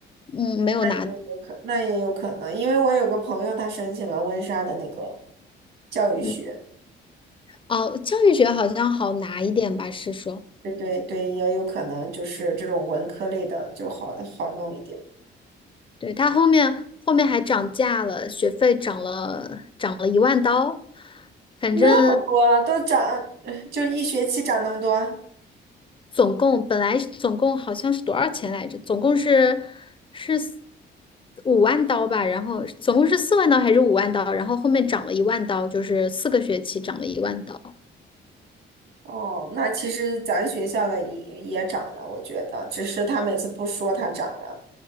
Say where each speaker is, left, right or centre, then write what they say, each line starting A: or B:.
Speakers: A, on the left; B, on the right.
A: 嗯，没有拿，
B: 有可那也有可能，因为我有个朋友，他申请了温莎的那个教育学，
A: 嗯，哦，教育学好像好拿一点吧，是说，
B: 对对对，也有可能就是这种文科类的就好好弄一点。
A: 对，它后面后面还涨价了，学费涨了涨了一万刀，反正
B: 那么多都涨，<laughs> 就一学期涨那么多。
A: 总共本来是总共好像是多少钱来着？总共是是五万刀吧，然后总共是四万刀还是五万刀？然后后面涨了一万刀，就是四个学期涨了一万刀。
B: 哦，那其实咱学校的也也涨了，我觉得，只是他每次不说它涨了，